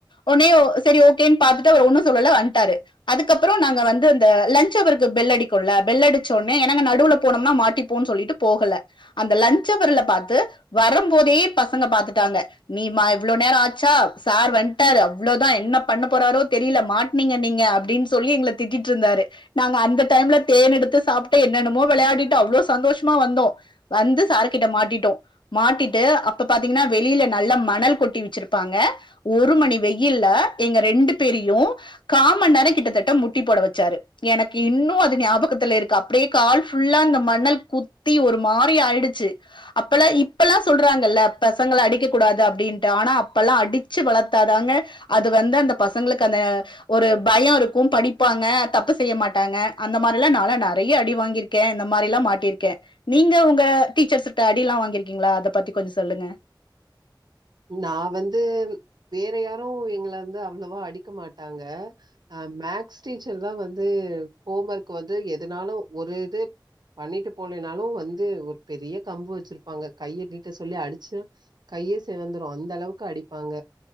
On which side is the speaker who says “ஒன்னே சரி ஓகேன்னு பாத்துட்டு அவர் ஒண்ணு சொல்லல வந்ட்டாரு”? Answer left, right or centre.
Left